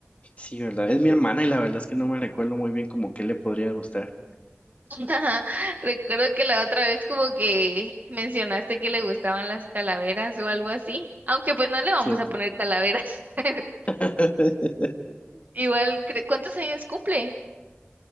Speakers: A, on the left (about 35°); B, on the right (about 45°).
A: Sí, ¿verdad? Es mi hermana y la verdad es que no me recuerdo muy bien como qué le podría gustar.
B: Ajá. Recuerdo que la otra vez como que mencionaste que le gustaban las calaveras o algo así, aunque pues no le vamos
A: Cierto.
B: a poner calaveras. <laughs>
A: <laughs>
B: Igual, cre- ¿cuántos años cumple?